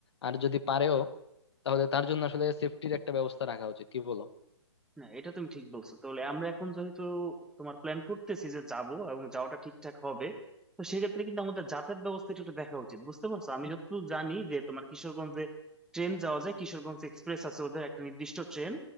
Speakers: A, on the left; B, in the centre.
A: আর যদি পারেও তাহলে তার জন্য আসলে সেফটির একটা ব্যবস্থা রাখা উচিত কি বলো
B: না এটা তুমি ঠিক বলছো তাহলে আমরা এখন যেহেতু তোমার প্ল্যান করতেছি যে যাব এবং যাওয়াটা ঠিকঠাক হবে তো সেক্ষেত্রে কিন্তু আমাদের যাতায়াত ব্যবস্থাটা একটু দেখা উচিত বুঝতে পারছো আমি যতদূর জানি যে তোমার কিশোরগঞ্জে ট্রেন যাওয়া যায় কিশোরগঞ্জ এক্সপ্রেস আছে ওদের একটা নির্দিষ্ট ট্রেন